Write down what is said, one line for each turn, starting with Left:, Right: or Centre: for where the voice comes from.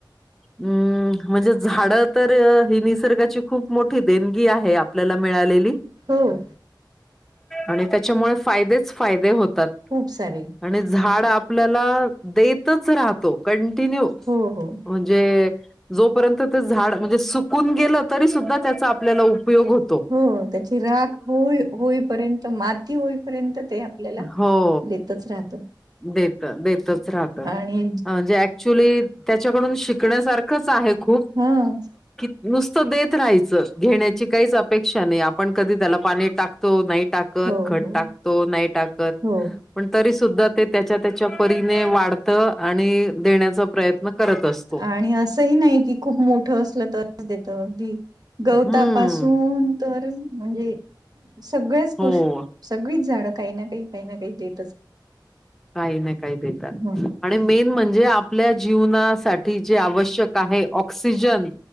Centre: म्हणजे झाडं तर ही निसर्गाची खूप मोठी देणगी आहे आपल्याला मिळालेली.
Right: हो
Centre: आणि त्याच्यामुळे फायदेच फायदे होतात.
Right: खूप सारे
Centre: आणि झाड आपल्याला देतच राहतो कॅन्टीन्यू
Right: हो हो.
Centre: जे जोपर्यंत ते झाड म्हणजे सुकून गेलं तरी सुद्धा त्याचा आपल्याला उपयोग होत.
Right: हो त्याची राख हो होईपर्यंत मा. ती होईपर्यंत ते आपल्याला
Centre: हो
Right: देतच राहत.
Centre: देत देतच राहत
Right: आणि
Centre: जे ॲ क्च्युली त्याच्याकडून शिकण्यासारखंच आहे खूप.
Right: हम्म
Centre: कि नुसतं देत राहायचं घेण्याची काहीच अपेक्षा नाही आपण कधी त्याला पाणी टाकतो नाही टाकत
Right: हो
Centre: खत
Right: हो
Centre: टाकतो नाही टाकत
Right: हो
Centre: पण तरी सुद्धा. ते त्याच्या त्याच्या परीने वाढत आणि देण्याचा प्रयत्न करत असतो.
Right: आणि असंही नाही कि खूप मोठं असलं तरच देत अगदी गवतापासून
Centre: हम्म.
Right: तर म्हणजे सगळ्याच
Centre: हो.
Right: गोष्टी सगळीच झाडं काही ना काही काही ना काही देत
Centre: काही ना काही देतात
Right: ह
Centre: आणि मेन म्हणजे आपल्या जीवनासाठी जे आवश्यक आहे ऑक्सिजन.